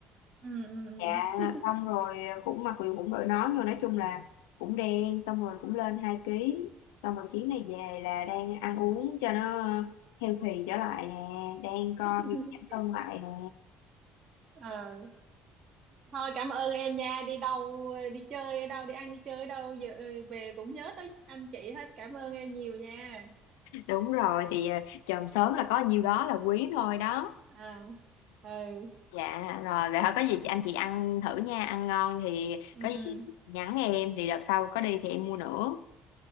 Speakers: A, on the right; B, on the left.
A: Ừ. Ừ.
B: dạ
A: Ừ.
B: xong rồi cũng mặc quyền cũng đội nón vô nói chung là cũng đen xong rồi cũng lên 2 ký xong rồi chuyến này về là đang ăn uống cho nó healthy trở lại nè đang coi
A: <laughs>
B: việc giảm cân lại nè
A: Ờ. Thôi cảm ơn em nha, đi đâu đi chơi ở đâu, đi ăn đi chơi ở đâu giờ ờ, về cũng nhớ tới anh chị hết. Cảm ơn em nhiều nha.
B: Đúng rồi thì à, chồng sớm là có nhiêu đó là quý thôi đó.
A: À. Ừ.
B: Dạ rồi vậy thôi có gì chị anh chị ăn thử nha, ăn ngon thì
A: Ừ
B: có gì
A: ừ.
B: nhắn em thì đợt sau có đi thì em mua nữa.